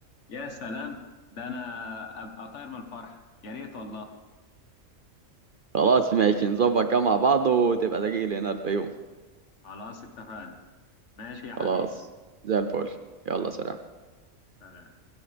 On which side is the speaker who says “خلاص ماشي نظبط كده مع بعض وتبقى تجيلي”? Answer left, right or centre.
Right